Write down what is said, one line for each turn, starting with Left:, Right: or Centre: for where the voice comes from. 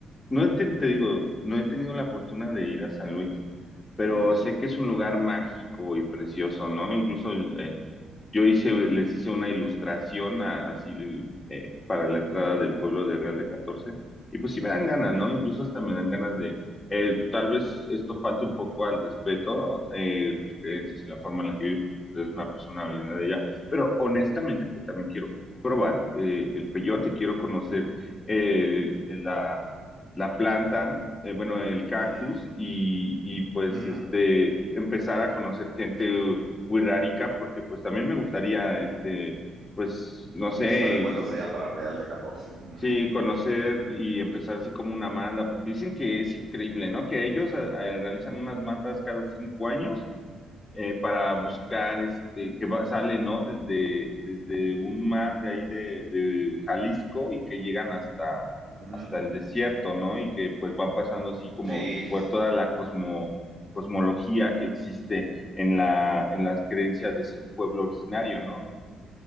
Left: no he ten- te digo, no he tenido la fortuna de ir a San Luis, pero
Right: mm, mm,
Left: sé que es un lugar mágico y precioso, ¿no? Incluso eh, yo hice, les hice una ilustración a- así de, eh, para la entrada del pueblo de Real de Catorce y pues sí me dan ganas, ¿no?
Right: mm,
Left: Incluso hasta me dan ganas eh, tal vez esto falte un poco al respeto, eh, tus creencias y la forma en la que vives, pues eres una persona
Right: mm,
Left: llena de ella, pero honestamente, pues también quiero probar eh, el peyote, quiero conocer eh, la, la planta, eh, bueno, el cactus
Right: mm,
Left: y, y, pues
Right: mm.
Left: este, empezar a conocer gente wixárika porque pues también me gustaría, este, pues, no sé,
Right: Eso te lo encuentras allá para Real de catorce. Mm,
Left: Sí, conocer
Right: mm,
Left: y empezar así como una manda, porque dicen que es increíble, ¿no? Que ellos a- a- realizan unas mandas cada cinco años eh, para buscar, este, que va- salen, ¿no? Desde, desde un mar de ahí de, de Jalisco y que llegan hasta,
Right: mm.
Left: hasta el desierto, ¿no? Y que pues van pasando así como
Right: Sí, sí,
Left: por
Right: sí.
Left: toda la cosmo, cosmología que existe en la, en las creencias de ese pueblo originario, ¿no?